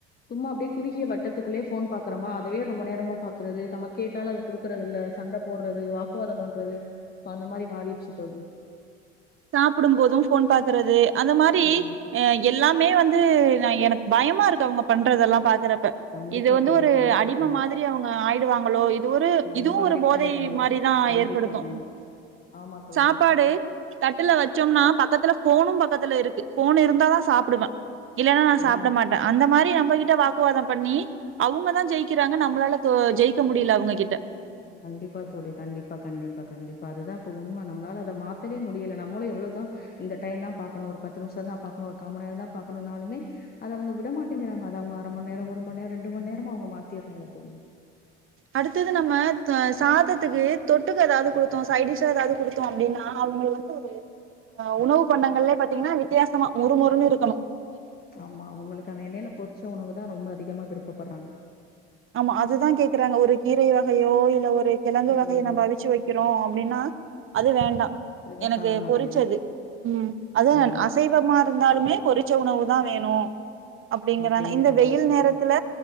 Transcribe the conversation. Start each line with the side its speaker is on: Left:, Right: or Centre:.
Left: சும்மா அப்டியே குறுகிய வட்டத்துக்குள்ளே போன் பாக்குறமா அதவே ரொம்ப நேரமா பாக்குறது நம்ம கேட்டால் அது குடுக்குறது இல்ல சண்ட போடுறது வாக்குவாதம் பண்றது இ அந்த மாரி மாறிடுச்சு தோழி
Right: சாப்பிடும் போதும் போன் பாக்குறது அந்த மாரி
Left: ஆமா தோழி.
Right: எல்லாமே வந்து எனக்கு பயமா இருக்கு அவங்க பண்றதெல்லாம் பாக்குற ப்ப
Left: கண்டிப்பா
Right: இது வந்து
Left: தோழி.
Right: ஒரு
Left: கண்டிப்பா,
Right: அடிம
Left: கண்டிப்பா.
Right: மாதிரி அவங்க ஆயிடுவாங்களோ இது ஒரு
Left: ரொம்ப
Right: இதுவும் ஒரு
Left: அடிக்ட்
Right: போதை
Left: ஆயிடுறாங்க.
Right: மாரிதான்
Left: கண்டிப்பா,
Right: ஏற்படுத்தும்
Left: கண்டிப்பா. ஆமா தோழி.
Right: சாப்பாடு
Left: ஆமா, ஆமா.
Right: தட்டுல வச்சோம்னா பக்கத்துல ஃபோனும் பக்கத்துல இருக்கு ஃபோன் இருந்தாதான் சாப்பிடுவேன் இல்ன்னா நான் சாப்ட
Left: ஆமா
Right: மாட்டேன் அந்த மாரி ரி நம்மகிட்ட வாக்குவாதம் பண்ணி அவங்க தான் ஜெயிக்கிறாங்க நம்மளால தோ ஜெயிக்க முடில அவங்ககிட்ட
Left: கண்டிப்பா தோழி கண்டிப்பா கண்டிப்பா கண்டிப்பா அதுதான் இப்ப உண்ம நம்மளால அதை மாத்தவே முடியல நம்மளும் எவ்வளதான் இந்த டைம் தான் பாக்கணும் ஒரு பத்து நிமிஷம் தான் பாக்கணும் ஒரு காம நேரம் தான் பாக்கணும்ன்னாலுமே அத அவங்க விட மாட்டேங்கிறாங்க அத அவங்க அறமண் நேரம் ஒரு மண்நேரம் ரெண்டு மன்நேரமா அவங்க மாத்திடுறாங்க தோழி
Right: அடுத்தது நம்ம சாதத்துக்கு தொட்டுக்கு எதாவது குடுத்தோம் சைட்டிஷ்ஷா ஏதாவது குடுத்தோம் அப்டின்னா அவங்களுக்கு வந்து ஒரு ஆஹ் உணவு பண்டங்கள்லே பாத்தீங்கன்னா வித்தியாசமா முறுமுறுன்னு இருக்கணும்
Left: ஆமா அவங்களுக்கு அந்த எண்ணெய்ல பொரிச்ச உணவு தான் ரொம்ப அதிகமா விருப்பப்படுறாங்க
Right: ஆமா அதுதான் கேக்குறாங்க ஒரு கீரை வகையோ இல்ல ஒரு கிழங்கு
Left: இதோ
Right: வகைய
Left: எதுவுமே
Right: நம்ப அவிச்சு வைக்கிறோம் அப்படின்னா அது வேண்டா
Left: எதுவுமே
Right: எனக்கு
Left: சாப்ட மாட்டேங்கிறாங்க
Right: பொரிச்சது அது
Left: ஆமா
Right: அசைவமா இருந்தாலுமே பொரிச்ச உணவு தா வேணு அப்டிங்கறாங்க
Left: அப்டிங்கிற
Right: இந்த வெயில்
Left: மாரி கேக்குறாங்க
Right: நேரத்துல